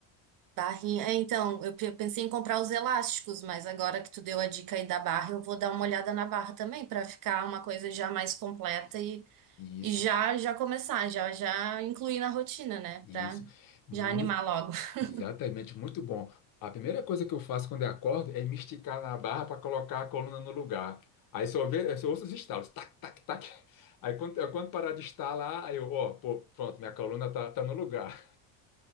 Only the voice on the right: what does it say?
Barrinha. É, então, eu pe- pensei em comprar os elásticos, mas agora que tu deu a dica aí da barra, eu vou dar uma olhada na barra também para ficar uma coisa já mais completa
e,
e já já começar, já já incluir na rotina, né?
Pra
já animar logo. <laughs>